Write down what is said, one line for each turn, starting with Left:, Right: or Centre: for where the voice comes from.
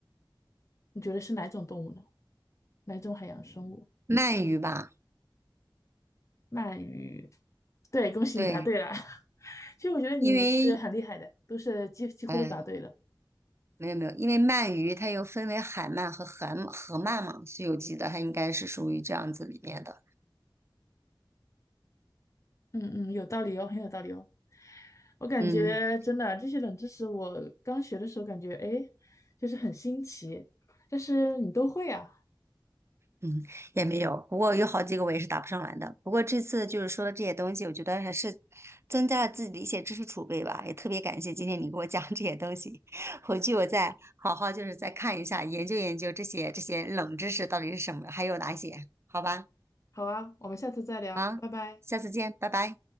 Left: 你觉得是哪种动物呢？哪种海洋生物？
Right: 鳗鱼吧，
Left: 鳗鱼，对，恭喜你答对了。
Right: 对，
Left: <laughs> 其实我觉得你是很厉害的，
Right: 因为，
Left: 都是几几乎都答对了。
Right: 哎，没有没有，因为鳗鱼它又分为海鳗和河河鳗嘛，《西游记》得它应该是属于这样子里面的。
Left: 嗯嗯，有道理哦，很有道理哦。我感觉真的这些冷知识，
Right: 嗯。
Left: 我刚学的时候感觉哎，诶就是很新奇，但是你都会啊。
Right: 嗯，也没有，不过有好几个我也是答不上来的。不过这次就是说的这些东西，我觉得还是增加了自己的一些知识储备吧。也特别感谢今天你给我讲这些东西，<laughs> 回去我再好好就是再看一下，研究研究这些这些冷知识到底是什么，还有哪些，好吧？
Left: 好啊，我们下次再聊，
Right: 好，
Left: 拜拜。
Right: 下次见，拜拜。